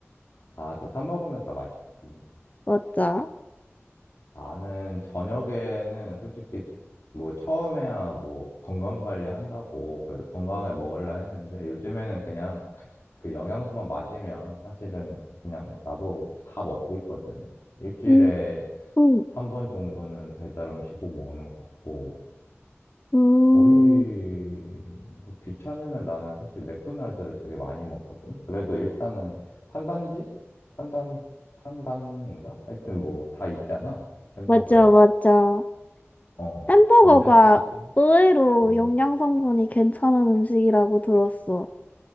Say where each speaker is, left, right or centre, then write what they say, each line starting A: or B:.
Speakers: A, on the left; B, on the left.
A: 아, 또 사 먹으면 다 맛있지.
B: 맞아.
A: 나는 저녁에는 솔직히 뭐 처음에야 뭐 건강 관리 한다고 그래도 건강하게 먹으려 했는데 요즘에는 그냥 그 영양소만 맞으면 사실은 그냥 나도 다 먹고 있거든. 일주일에
B: 음, 음,
A: 한 번 정도는 배달 음식 꼭 먹는 것 같고
B: 음,
A: 거의 뭐 귀찮으면 나는 사실 맥도날드를 되게 많이 먹거든. 그래도 일단은 탄단지? 탄단, 탄단인가? 하여튼 뭐 다 있잖아. 햄버거에.
B: 맞아, 맞아.
A: 어,
B: 햄버거가
A: 감자튀김?
B: 의외로
A: 그거.
B: 영양 성분이 괜찮은 음식이라고 들었어.